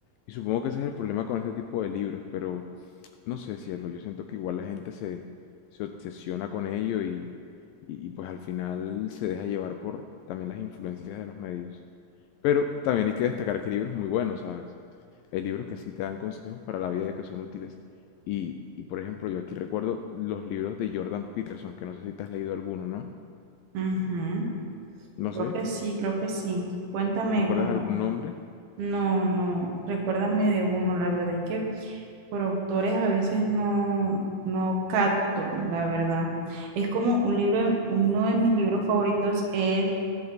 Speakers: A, on the left (about 80°); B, on the right (about 80°).
A: Y supongo que ese es el problema con este tipo de libros, pero no sé, cielo, yo siento que igual la gente se, se obsesiona con ello y y, y, pues al final se deja llevar por también las influencias de los medios. Pero también hay que destacar que hay libros muy buenos, ¿sabes? Hay libros que sí te dan consejos para la vida que son útiles. Y, y por ejemplo, yo aquí recuerdo los libros de Jordan Peterson, que no sé si te has leído alguno, ¿no?
B: Ujú.
A: No
B: Creo
A: sé,
B: que sí, creo que sí. Cuéntame
A: ¿recuerdas
B: cómo.
A: algún nombre?
B: No, no, recuérdame de uno, la verdad es que por autores a veces no, no capto, la verdad. Es como un libro, de mi- uno de mis libros favoritos es,